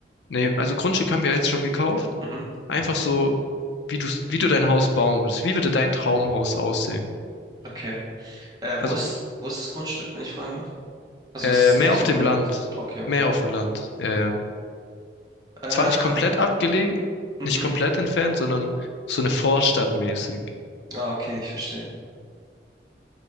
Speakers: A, on the left; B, on the right.
A: nee, also Grundstück haben wir ja jetzt schon gekauft.
B: Mhm.
A: Einfach so, wie du, wie du dein Haus bauen würdest. Wie würde dein Traumhaus aussehen?
B: Okay. Äh, wo
A: Also,
B: ist, wo ist das Grundstück, wenn ich fragen darf? Also,
A: äh,
B: ist
A: mehr
B: es eher so
A: auf dem
B: auf dem
A: Land.
B: Land? Okay, okay.
A: Mehr auf dem Land. Ja, ja.
B: Ähm,
A: Zwar nicht komplett abgelegen,
B: mhm.
A: nicht komplett entfernt, sondern so eine Vorstadt mäßig.
B: Ah, okay, ich verstehe.